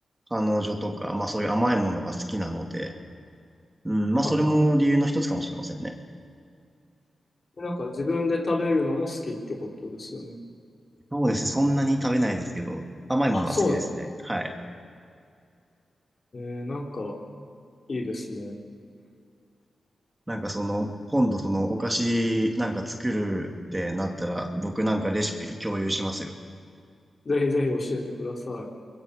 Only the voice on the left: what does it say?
あ、なんか自分で食べるのも好きってことですよね。
あ、そうなんで
す。えー、なんかいいですね。
ぜひぜひ教えてください。